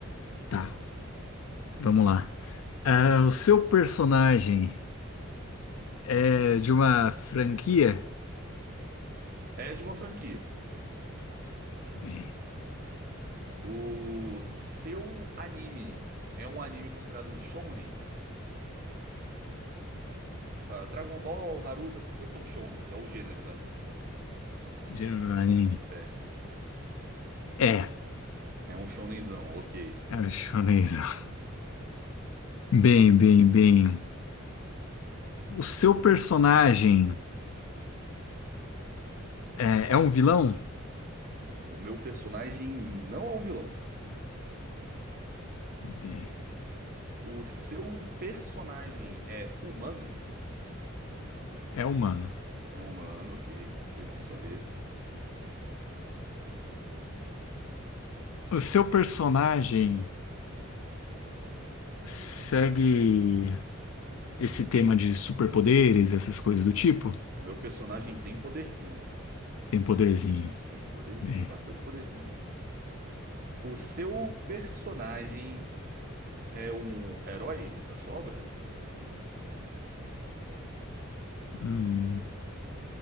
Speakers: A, on the left; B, on the right.
A: Tá, vamos lá. Ah, o seu personagem é de uma franquia?
B: É de uma franquia.
A: Bem,
B: O seu anime é um anime considerado shounen? Ah, Dragon Ball, Naruto, essas coisas são shounens, é o gênero do anime.
A: gênero do anime.
B: É,
A: É,
B: é um shounenzão, ok.
A: é um shonen. <laughs> Bem,
B: Ah,
A: bem, bem. O seu personagem é, é um vilão?
B: O meu personagem não é um vilão.
A: Bem,
B: O seu personagem é humano?
A: é humano.
B: É humano, ok, ok, bom saber.
A: O seu personagem segue. esse tema de superpoderes, essas coisas do tipo,
B: Meu personagem tem poderzinho.
A: tem poderzinho,
B: Tem poderzinho,
A: né?
B: tem bastante poderzinho. O seu personagem é um herói da sua obra?
A: Hum,